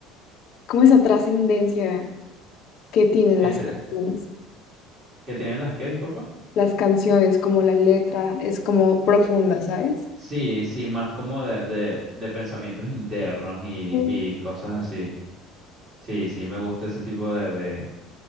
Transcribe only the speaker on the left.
como esa trascendencia que tienen
las canciones.
Las canciones, como la letra, es como profunda, ¿sabes?
Sí,